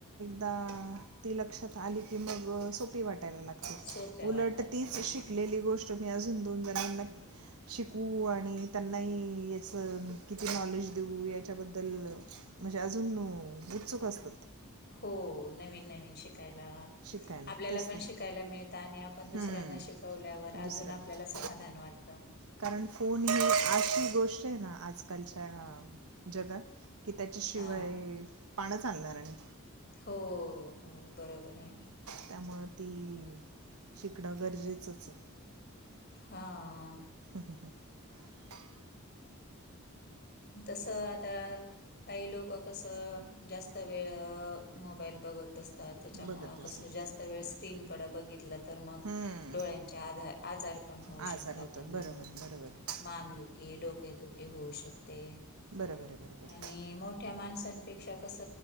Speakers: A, on the right; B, on the left.
A: ता ती लक्षात आली की मग सोपी वाटते. वाटायला लागते
B: सोप्या
A: उलट
B: वाटतात
A: तिचं
B: त्या गोष्टी.
A: शिकलेली गोष्ट तुम्ही अजून दोन जणांना शिकवू आणि त्यांनाहि याच किती नॉलेज देऊ याच्याबद्दल म्हणजे अजून उत्सुक असतात.
B: हो नवीन नवीन शिकाय ला
A: शिकायला
B: आपल्याला
A: तेच
B: पण
A: तर
B: शिकायला मिळत आणि आपण दुसऱ्यांना
A: हम्म
B: शिकवल्यावर
A: दुसऱ्यांना
B: अजून आपल्याला समा धान वाट
A: कारण फोन ही अशी गोष्ट आहे ना आजकालच्या जगात कि त्याच्याशिवाय
B: हां.
A: पानचं हालणार नाही.
B: हो हो बरोबर आहे.
A: त्यामुळं ती शिकणं गरजेचंच आहे.
B: हा.
A: <inaudible>
B: तसं आता काही लोक कसं जास्त वेळ मोबाईल बघत बस तात त्याच्यामुळे
A: बघत बसतात
B: कसं जास्त वेळ स्क्रीनकडे बघितलं तर मग
A: हम्म,
B: डोळ्यांच्या आधा आजा र पण होऊ
A: आजार
B: शकतात
A: होतात
B: त्यांना
A: बरोबर आहे बरोबर आहे
B: मानदुखी, डोकेदुखी होऊ शक ते
A: बरोबर आहे बरोबर आहे
B: आणि मोठ्या माणसांपेक्षा कस